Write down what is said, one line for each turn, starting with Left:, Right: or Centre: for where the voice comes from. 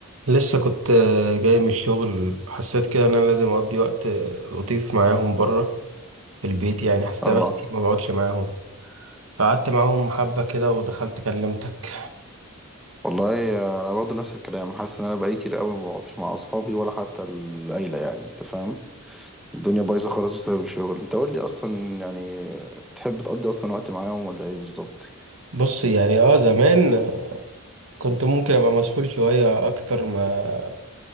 Right: لسه كنت آه، جاي من الشغل حسيت كده ان انا لازم اقضي وقت آه، لطيف معاهم بره في البيت يعني حسيت
Centre: اه
Right: بقى كتير ما بقعدش معاهم قعدت معاهم حبة كده ودخلت كلمتك
Centre: والله انا برضو نفس الكلام حاسس ان انا بقالي كتير قوي ما بقعدش مع اصحابي ولا حتى العيله يعني انت فاهم الدنيا بايظه خالص بسبب الشغل انت قول لي اصلا يعني تحب تقضي اصلا وقت معاهم ولا ايه بالظبط
Right: بص يعني اه زمان آه، كنت ممكن ابقى مسحول شوية اكتر ما